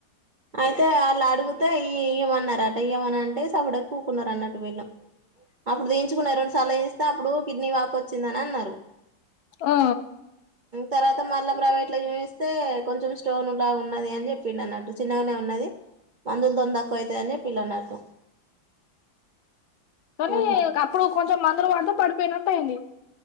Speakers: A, on the right; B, on the left.
A: అయితే అళ్లా అడుగితే ఈ ఇయ మన్నారట ఏమని అంటే అంటే స సాపుడడా కూకునన్నారు అన్నట్టు వెళ్ళ అప్పుడు దయించుకున్నారు రెండు సార్లు తీయిస్తే అప్పుడు కిడ్నీ వాప వచ్చిందని అన్నరు
B: ఓ
A: తర్వాత మళ్ళ ప్రైవేట్ లో చీవిస్తే కొంచెం స్టోన్ లాగా ఉన్నది అని చెప్పిడు అన్నట్టు చిన్నగనే ఉన్నది మందుల తో దకువ అవుతా అని చెప్పిల్ల నాకు
B: తనీ
A: అట్లా
B: కప్పుడు కొ కొ మందలు పడతే పడిపోయినట్టు అయింది